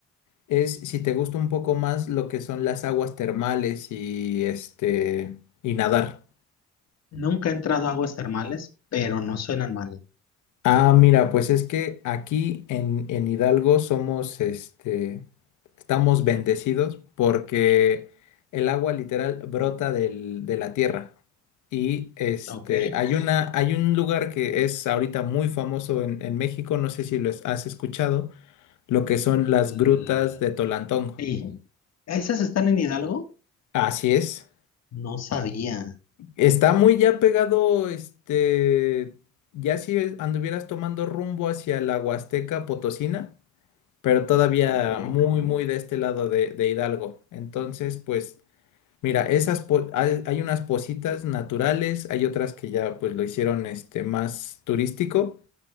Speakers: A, on the left; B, on the left.
A: Es si te gusta un poco más lo que son las aguas termales y este y nadar.
B: Nunca he entrado a aguas termales, pero no suenan mal.
A: Ah, mira, pues es que aquí en, en Hidalgo somos este estamos bendecidos porque el agua literal brota del- de la tierra. Y este
B: Ok.
A: hay una, hay un lugar que es ahorita muy famoso en, en México, no sé si lo has escuchado, lo que son las
B: Mm,
A: grutas de Tolantongo.
B: Sí. ¿Esas están en Hidalgo?
A: Así es.
B: No sabía.
A: Está muy ya pegado, este, ya si es- anduvieras tomando rumbo hacia la Huasteca Potosina, pero todavía
B: Ok,
A: muy, muy de este lado de, de Hidalgo. Entonces, pues, mira, esas po- hay, hay unas positas naturales, hay otras que ya pues lo hicieron este más turístico,